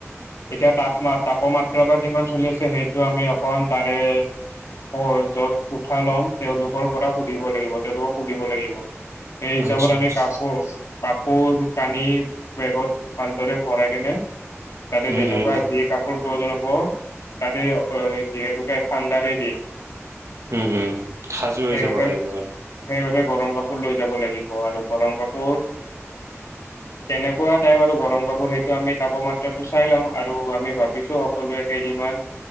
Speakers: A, on the left; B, on the right.
A: এতিয়া তাপমা তাপৰ মাত্ৰা বা কিমান চলি আছে সেইটো আমি অকণমান তাৰে হয়, যত কোঠা ল'ম তেওঁলোকৰ পৰা সুধিব লাগিব তেওঁলোকক সুধিব লাগিব। সেই হিচাবত
B: আচ্ছা
A: আমি
B: আচ্ছা
A: কাপোৰ কাপোৰ কানি বেগত ভালদৰে ভৰাই কেনে, তাতে
B: উম
A: যেনেকুৱা
B: উম
A: যি কাপোৰ প্ৰজনপ তাতে অঁ, যিহেতুকে ঠাণ্ডাৰে দিন।
B: উম-উম সাজু হৈ
A: সেইবাবে
B: যাব লাগিব আৰু।
A: সেইবাবে গৰম কাপোৰ লৈ যাব লাগিব আৰু গৰম কাপোৰ- তেনেকুৱা তাই বাৰু গৰম কাপোৰ হে- আমি তাপমাত্ৰাতটো চাই লম আৰু আমি ভাবিছো সকলোৱে কেইদিনমান-